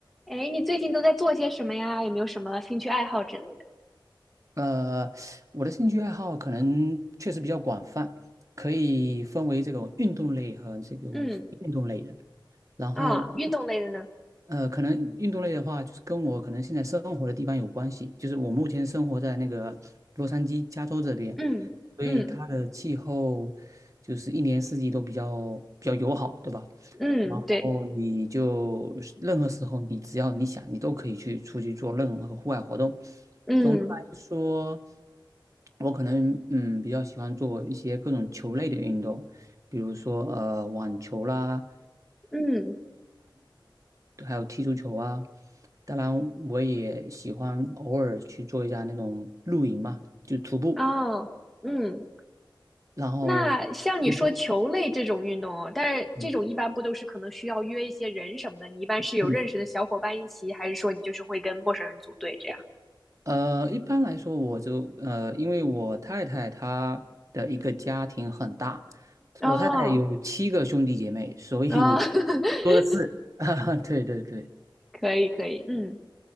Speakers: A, in the centre; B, on the right (about 40°).
A: 哎，你最近都在做些什么呀？有没有什么兴趣爱好之类的？
B: 呃，我的兴趣爱好可能确实比较广泛，可以分为这种运动类和这种非运动类的。
A: 嗯，
B: 然后，
A: 啊，运动类的呢？
B: 呃，可能运动类的话，就是跟我可能现在生活的地方有关系，就是我目前生活在那个洛杉矶，加州这边，
A: 嗯嗯
B: 所以它的气候就是一年四季都比较比较友好，对吧？
A: 嗯，对，
B: 哦，你就是任何时候，你只要你想，你都可以去出去做任何户外活动。
A: 嗯
B: 总的来说，我可能嗯比较喜欢做一些各种球类的运动，比如说呃网球啦，
A: 嗯
B: 还有踢足球啊。当然，我也喜欢偶尔去做一下那种露营嘛，就徒步。
A: 哦嗯。
B: 然后你说，
A: 那像你说球类这种运动哦，但是这种一般不都是可能需要约一些人什么的？
B: 嗯
A: 你一般是有认识的小伙伴一起，
B: 嗯
A: 还是说你就是会跟陌生人组队这样？
B: 呃，一般来说，我就呃，因为我太太她的一个家庭很大，
A: 哦
B: 我太太有七个兄弟姐妹，所以
A: 哦，<laughs>
B: 多的是。<laughs> 啊，对对对。
A: 可以可以，嗯